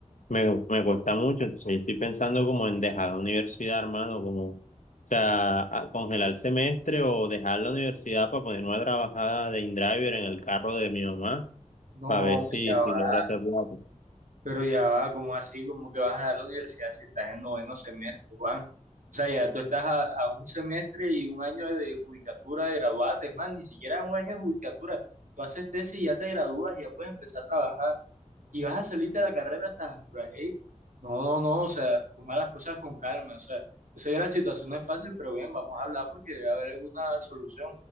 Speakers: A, on the left (about 75°); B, on the right (about 85°).
A: me, me cuesta mucho. Entonces yo estoy pensando como en dejar la universidad, hermano, como, o sea, a- congelar el semestre o dejar la universidad para poner una trabajada de InDriver en el carro de mi mamá
B: No,
A: para ver
B: hombre,
A: si,
B: ya
A: si
B: va.
A: logra hacer plata.
B: Pero ya va, ¿cómo así? ¿Cómo que vas a dar la universidad si estás en noveno semestre, Juan? O sea, ya tú estás a, a un semestre y un año de judicatura de graduarte. Es más, ni siquiera un año de judicatura. Tú haces tesis y ya te gradúas, y ya puedes empezar a trabajar y vas a salirte de la carrera a estas alturas. ey. No, no, no, o sea, toma las cosas con calma. O sea, yo sé que la situación no es fácil, pero ven, vamos a hablar porque debe haber alguna solución.